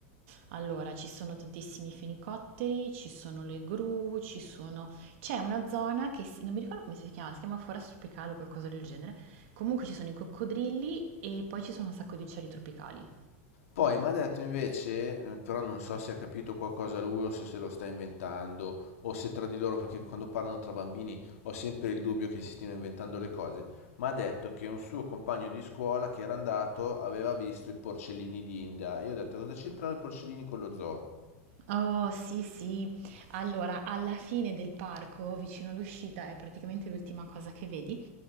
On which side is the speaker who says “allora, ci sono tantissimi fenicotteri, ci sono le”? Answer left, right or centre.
Right